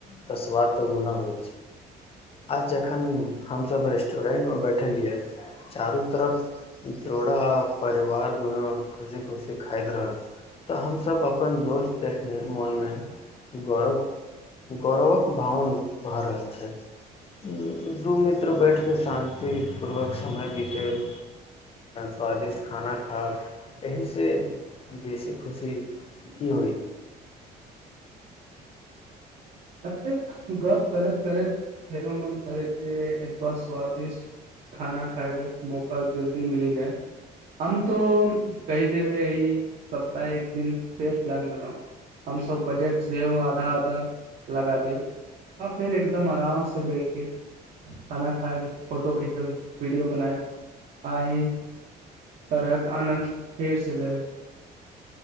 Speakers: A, on the left; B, on the right.
A: त स्वाद तो गुना होय छै आज जखन हमस रेस्टोरेंट मे बैठलियए चारू तरफ जोड़ा परिवार गुना खुशी खुशी सिखाइत रहब तऽ हमस अपन दोस्त देखने मोनमे गौरव गौरवक भावन भऽ रहल छथि दू मित्र बैठके शान्तिपूर्वक समय बितेब स्वादिष्ट खाना खायब एहि से बेसी खुशी की होइ
B: अत गप करैत करैत फेरो मन करै छै बस स्वादिष्ट खाना खायब मौका जल्दी मिली जाय हम तो कहि देबे एहि सप्ताह एक दिन फेर प्लान बनाउ हमस बजट सेहो आधा आधा लगा देब आ फेर एकदम आराम से बैठके खाना खायब फोटो खिचब वीडियो बनायब आह तरहक आनन्द फेर से लएब